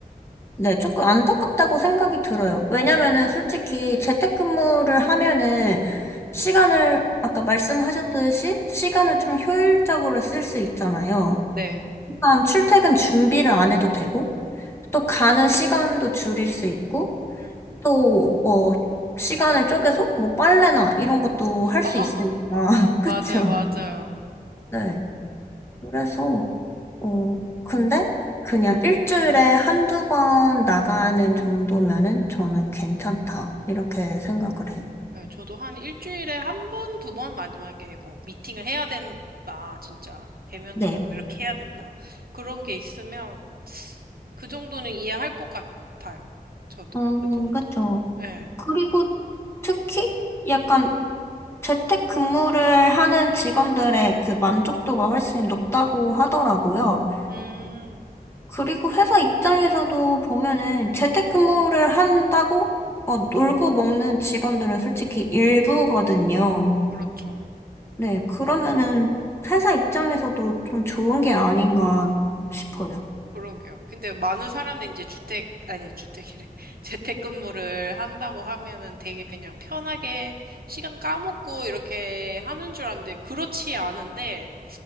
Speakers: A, on the left; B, on the right.
A: 네, 조금 안타깝다고 생각이 들어요. 왜냐면은 솔직히 재택근무를 하면은 시간을, 아까 말씀하셨듯이 시간을 좀 효율적으로 쓸 수 있잖아요.
B: 네.
A: 일단 출퇴근 준비를 안 해도 되고, 또 가는 시간도 줄일 수 있고,
B: 음.
A: 또, 뭐, 시간을 쪼개서, 뭐, 빨래나 이런 것도 할 수
B: <laughs> 아,
A: 있으니까. <laughs>
B: 맞아요,
A: 그쵸?
B: 맞아요.
A: 네. 그래서, 어, 근데, 그냥 일주일에 한두 번 나가는 정도면은 저는 괜찮다. 이렇게 생각을 해요.
B: 네, 저도 한 일주일에 한 번, 두 번, 만약에 뭐, 미팅을 해야 된다, 진짜. 대면으로
A: 네.
B: 이렇게 해야 된다. 그런 게 있으면, 그 정도는 이해할 것 같아요. 저도.
A: 음,
B: 그 정도는.
A: 그쵸.
B: 네.
A: 그리고 특히 약간 재택근무를 하는 직원들의 그 만족도가 훨씬 높다고 하더라고요.
B: 음,
A: 그리고 회사 입장에서도 보면은 재택근무를 한다고 어, 놀고 먹는 직원들은 솔직히 일부거든요.
B: 그렇죠.
A: 네, 그러면은 회사 입장에서도 좀 좋은 게 아닌가 싶어요.
B: 그러게요. 근데 많은 사람들이 이제 주택, 아니, 주택이래. <laughs> 재택근무를 한다고 하면은 되게 그냥 편하게 시간 까먹고 이렇게 하는 줄 아는데, 그렇지 않은데,